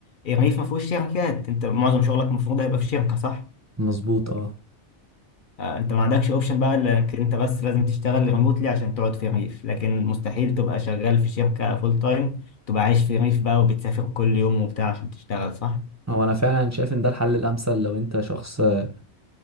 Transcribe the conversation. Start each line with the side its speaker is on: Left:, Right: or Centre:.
Left: الريف ما فيهوش شركات انت معظم شغلك المفروض هيبقى في شركه صح
Right: مظبوط اه
Left: آه، انت ما عندكش اوبشن بقى لانك انت بس لازم تشتغل ريموتلي عشان تقعد في ريف لكن مستحيل تبقى شغال في شركة فول تايم تبقى عايش في ريف بقى وبتسافر كل يوم وبتاع عشان تشتغل صح
Right: هو انا فعلا شايف ان ده الحل الامثل لو انت شخص آه،